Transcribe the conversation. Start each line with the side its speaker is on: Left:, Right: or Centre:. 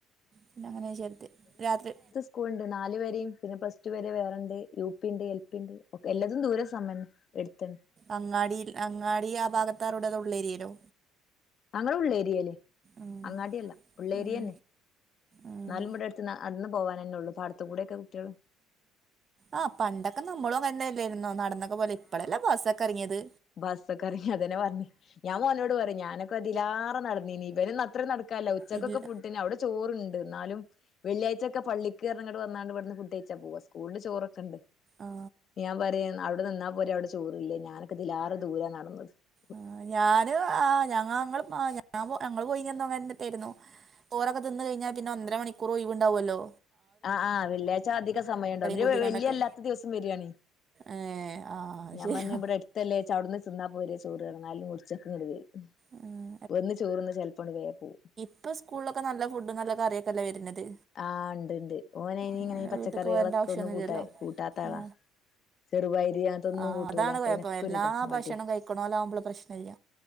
Right: പിന്നെ അങ്ങനെ ചേർത്ത് രാത്രി
Left: സ്കൂണ്ട് നാല് വാരീം പിന്നെ പ്ലസ് ടു വരെ വേറെണ്ട് യു പി ണ്ട് എൽ പിണ്ട് ഓക്കെ എല്ലതും ദൂരെ സമം എടുത്തണ്
Right: അങ്ങാടി അങ്ങാടി ആ ഭാഗത്താറോടെത ഉള്ളേരീല്ലോ
Left: അങ്ങൾ ഉള്ളേരിയൽ
Right: ഉം
Left: അങ്ങാട്യല്ല ഉള്ളേരിയന്നെ
Right: ഉം ഉം
Left: നാലും ബടട്ത്ത്ന്ന് നടുന്ന് പോവാനെന്നോള്ളു പാടത്തുകൂടെക്കെ കുട്യള്
Right: ആഹ് പണ്ടൊക്കെ നമ്മളും അങ്ങനെയല്ലായിരുന്നോ നടന്നൊക്കെ പോകല് ഇപ്പളല്ലേ ബസൊക്കെ ഇറങ്ങിയത്
Left: ബസ്സോക്കേർങ്ങി അതേനേ വന്ന് ഞാൻമോനോട് പറിം ഞാനൊക്കെ ഇതിലേറെ നടന്നിനി ഇബ്നിന്ന് അത്ര നടക്കാല്ല ഉച്ചക്കൊക്കെ
Right: ഇല്ല
Left: ഫുഡിന് അവിടെ ചോറ്ണ്ട് ഇന്നാലും വെള്ളിയാഴ്ച്ചക്കെ പള്ളി ക്ക്ർങ്‌ങ്ട്ട് ‌ വന്നാണ്ട് ഇവിടുന്ന് ഫുഡൈച്ചാ പോക സ്കൂളില് ചോറൊക്കെണ്ട്
Right: ആ
Left: ഞാൻ പറിം അവിടെ നിന്നപോ രവടെ ചോറില്ലേ ഞാനൊക്ക ഇതിലാറ് ദൂരാ നടന്ന് ണ്
Right: ആഹ് ഞാന് ആ ഞങ്ങള് പാഞ്ഞ ഞാ പോ ഞങ്ങള് പോയിനന്ന് അങ്ങിനതന്നെ യിരുന്നു ചോരൊക്കെ തിന്ന് കഴിഞ്ഞാൽ പിന്നെ ഒന്നര മണിക്കൂർ ഒയിവുണ്ടാവോല്ലോ
Left: ആഹ് ആ വെള്ളിയാഴ്ച അധികം സമയംണ്ടാവും ബല്
Right: കൂട്ടിക്കാണ്ടൊക്കെ
Left: വെള്ളി അല്ലാത്ത ദിവസം വെര്യണ്
Right: ഏ ആ
Left: ഞാൻ
Right: ശരിയാ
Left: പറഞ് ഇബടെ എടുത്തല്ലേ ച്ച് വ്ട്ന്ന് തിന്നാപോരെ ചോറ് ഇന്നാലും ഉച്ചക് ഇങ്‌ട് വരും
Right: ഉം
Left: ബ്ട്ന്ന് ചോറ്ന്ന് ചെലപ്പോങ്‌ട് വേ പോവും
Right: ഇപ്പ സ്കൂളിലൊക്കെ നല്ല ഫുഡും നല്ല കറിയൊക്കെ അല്ലേ വരുന്നത്
Left: ആഹ് ഇണ്ട് ഇണ്ട് ഓനയ് നിങ്ങനെ
Right: അങ്ങനെ
Left: പച്ചക്കറികളൊക്കെ
Right: വീട്ടിക്ക് പോകേണ്ട ആവശ്യമൊന്നുമില്ലല്ലോ
Left: ഒന്നും കൂട്ടാ കൂട്ടാതാളാ
Right: ആ
Left: ചെറുപയിരി അതോന്നും
Right: ആ
Left: കൂട്ടൂല
Right: അതാണ്
Left: അപ്പൊ
Right: കുഴപ്പം
Left: അയ്നോക്കരിത
Right: എല്ലാ
Left: ഇതാ മട്യ
Right: ഭക്ഷണം കഴിക്കണോലാവുമ്പോൾ പ്രശ്നമില്ല